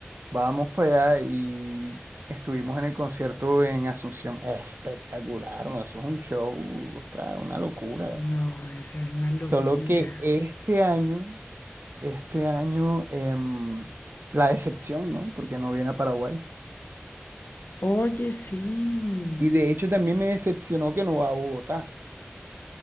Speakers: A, on the right; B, on the left.
A: Vamos para allá y estuvimos en el concierto en Asunción. Era espectacular, ¿no? Eso es un show, otra, una locura.
B: No, debe ser una locura.
A: Solo que este año, este año, em, la decepción, ¿no? Porque no viene a Paraguay.
B: Oye, sí.
A: Y de hecho también me decepcionó que no va a Bogotá.